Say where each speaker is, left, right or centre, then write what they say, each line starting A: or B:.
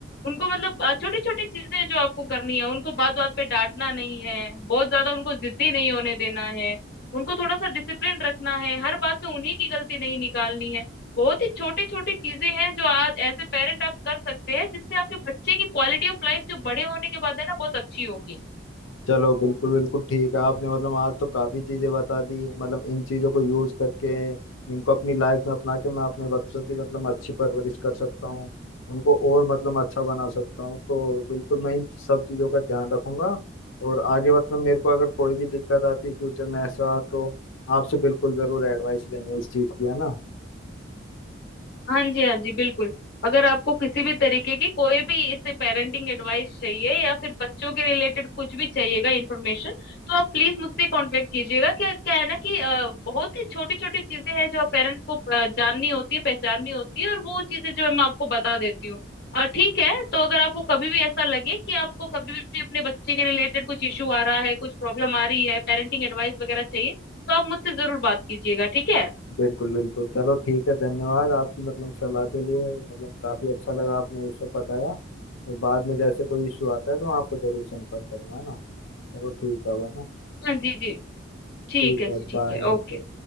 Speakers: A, on the left; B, on the left.
A: उनको मतलब छोटी छोटी चीजें जो आपको करनी है उनको बात बात पे डांटना नहीं है बहुत ज्यादा उनको जिद्दी नहीं होने देना है उनको थोड़ा सा डिसिप्लिन रखना है हर बात में उन्हीं की गलती नहीं निकालनी है बहुत ही छोटी छोटी चीजें हैं जो आज एज ए पेरेंट आप कर सकते हैं जिससे आपके बच्चे की क्वालिटी ऑफ लाइफ जो बड़े होने के बाद है ना बहुत अच्छी होगी
B: चलो बिल्कुल बिल्कुल ठीक है आपने मतलब आज तो काफी चीजें बता दी मतलब इन चीजों को यूज करके इनको अपनी लाइफ में अपना के मैं अपने बच्चों की मतलब अच्छी परवरिश कर सकता हूँ उनको और मतलब अच्छा बना सकता हूँ तो बिल्कुल मैं इन सब चीजों का ध्यान रखूंगा और आगे मतलब मेरे को अगर कोई भी दिक्कत आती फ्यूचर में ऐसा तो आपसे बिल्कुल जरूर एडवाइस लेंगे इस चीज की है ना
A: हाँ जी हाँ जी बिल्कुल अगर आपको किसी भी तरीके की कोई भी इससे पेरेंटिंग एडवाइस चाहिए या फिर बच्चों के रिलेटेड कुछ भी चाहिएगा इन्फॉर्मेशन तो आप प्लीज मुझसे कांटेक्ट कीजिएगा क्या क्या है ना कि अ, बहुत ही छोटी छोटी चीजें हैं जो पेरेंट्स को अ, जाननी होती है पहचाननी होती है और वो चीजें जो है मैं आपको बता देती हूँ अ, ठीक है तो अगर आपको कभी भी ऐसा लगे कि आपको कभी भी अपने बच्चे के रिलेटेड कुछ इशू आ रहा है कुछ प्रॉब्लम आ रही है पेरेंटिंग एडवाइस वगैरह चाहिए तो आप मुझसे जरूर बात कीजिएगा ठीक है
B: बिल्कुल बिल्कुल चलो ठीक है धन्यवाद आपकी मतलब सलाह के लिए मतलब काफी अच्छा लगा आपने ये सब बताया और बाद में जैसे कोई इशू आता है तो मैं आपको जरूर संपर्क करूंगा है ना चलो ठीक है अब, है ना
A: हाँ जी जी ठीक
B: ठीक
A: है
B: है
A: जी ठीक
B: बाय
A: है
B: ओके
A: ओके